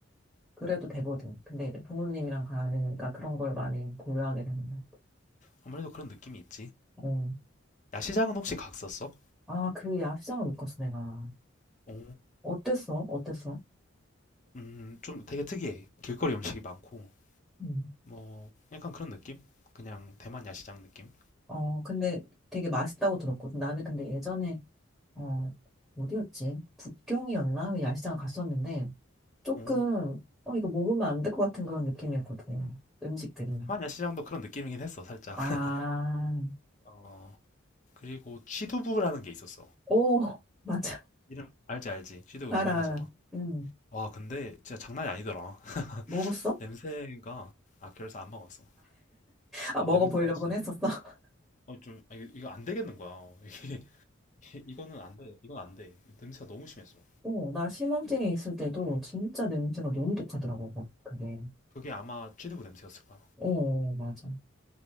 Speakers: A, in the centre; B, on the left.
A: 그래도 되거든. 근데 이제 부모님이랑 가니까 그런 걸 많이 고려하게 되는 거야.
B: 아무래도 그런 느낌이 있지.
A: 어.
B: 야시장은 혹시 갔었어
A: 아, 그 야시장을 못 갔어, 내가.
B: 오,
A: 어땠어? 어땠어?
B: 음, 좀 되게 특이해. 길거리 음식이 많고,
A: 음.
B: 뭐, 약간 그런 느낌? 그냥 대만 야시장 느낌?
A: 어, 근데 되게 맛있다고 들었거든. 나는 근데 예전에, 어, 어디였지? 북경이었나? 그 야시장을 갔었는데, 조금,
B: 오,
A: 어, 이거 먹으면 안 될 것 같은 그런 느낌이었거든. 음식들이.
B: 대만 야시장도 그런 느낌이긴 했어, 살짝.
A: 아,
B: <laughs> 어, 그리고 취두부라는 게 있었어.
A: 오, <laughs> 맞아.
B: 이름 알지, 알지. 취두부
A: 알아,
B: 유명하잖아.
A: 알아. 음,
B: 와, 근데 진짜 장난이 아니더라.
A: 먹었어?
B: 냄새가 아 그래서 안 먹었어.
A: 아,
B: 아,
A: 먹어보려고는
B: 냄새가 진짜
A: 했었어. <laughs>
B: 어, 좀 아, 이거, 이거 안 되겠는 거야. <laughs> 이게 이거는 안 돼. 이건 안 돼. 냄새가 너무 심했어.
A: 어, 나 신혼증에 있을 때도 진짜 냄새가 너무 독하더라고, 거- 그게.
B: 그게 아마 취두부 냄새였을 거야.
A: 어, 맞아.